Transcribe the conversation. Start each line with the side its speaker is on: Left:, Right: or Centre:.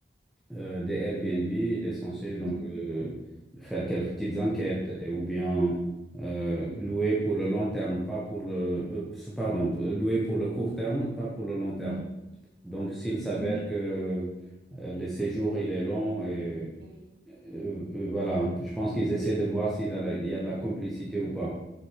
Centre: euh, des Airbnb, il est censé donc
Right: oui,
Centre: euh, faire quelques petites enquêtes et- ou bien euh, louer pour le long terme, pas pour le euh, s- pardon, p- louer pour le court terme, pas pour le long terme.
Right: oui,
Centre: Donc s'il s'avère
Right: oui,
Centre: que euh, le séjour il est long et
Right: oui.
Centre: euh, euh, voilà, je pense qu'ils essaient de voir s'il y a, la- il y a de la complicité ou pas.